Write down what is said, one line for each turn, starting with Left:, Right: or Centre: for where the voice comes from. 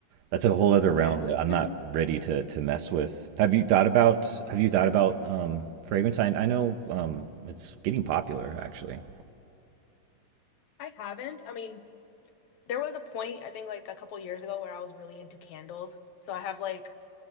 Right: that's a whole other
Left: Yeah.
Right: realm that I'm
Left: <laughs>
Right: not ready to to mess with. Have you thought about Have you thought about um, fragrance? I, I know um, it's getting popular actually.
Left: I haven't. I mean, there was a point, I think like a couple years ago, where I was really into candles. So I have like,